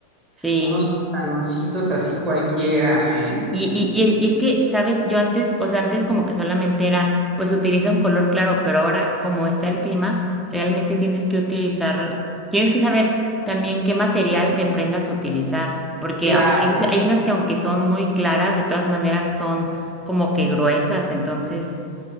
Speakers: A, in the centre; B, on the right.
A: sí.
B: unos pantaloncitos así cualquiera, ¿eh?
A: Y, y, y- y es que, ¿sabes? Yo antes, o sea, antes como que solamente era, pues utiliza un color claro, pero ahora como está el clima, realmente tienes que utilizar, tienes que saber también qué material de prendas utilizar, porque
B: Claro.
A: aunque- hay, veces- hay unas que aunque son muy claras, de todas maneras son como que gruesas, entonces